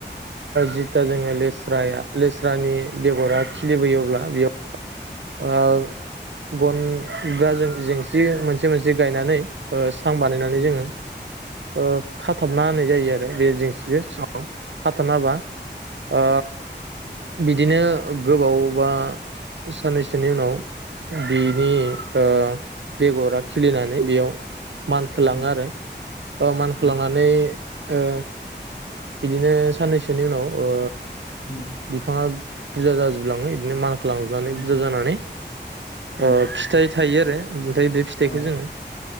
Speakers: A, on the right (about 75°); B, on the left (about 75°).
A: जिथा जोङो लेस्राया लेस्रानि बेग'रा खिलिबोयो अब्ला बेयाव ओ गन जा जेंसि मोनसे मोनसे गायनानै ओ सां बानायनानै
B: उम उम
A: जोङो ओ खाथाबना होनाय जायो आरो बे जेंसिखौ सायाव खाथाबना होबा ओ बिदिनो गोबाव बा साननैसोनि उनाव बिनि ओ बेग'रा खिलिनानै बेयाव मानखोलाङो
B: उम
A: आरो ओ मानखोलांनानै
B: उम
A: ओ बिदिनो साननैसोनि उनाव ओ
B: उम
A: बिफाङा बुजा जाजोबलाङो बिदिनो माल खौ लांनानै
B: उम
A: बुजा जानानै
B: उम
A: ओ फिथाइ थायो आरो। ओमफाय बे फिथाइखौ
B: अ
A: जोङो